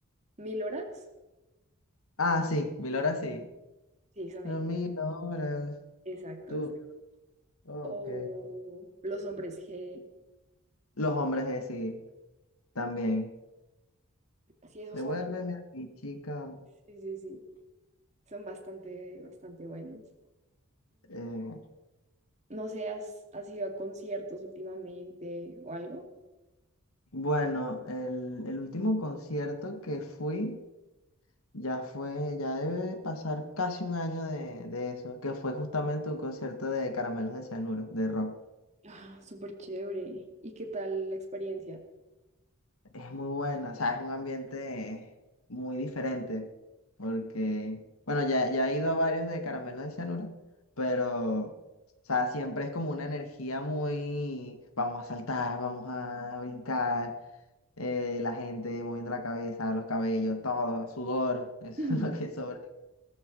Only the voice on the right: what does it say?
Mil Horas?
Sí, son
ellos.
Exacto,
exacto.
O Los Hombres G.
Sí, esos
son,
sí, sí, sí. Son bastante, bastante buenos.
No sé, ¿has, has ido a conciertos últimamente o algo?
Ah, súper chévere. ¿Y qué tal la experiencia?
<laughs>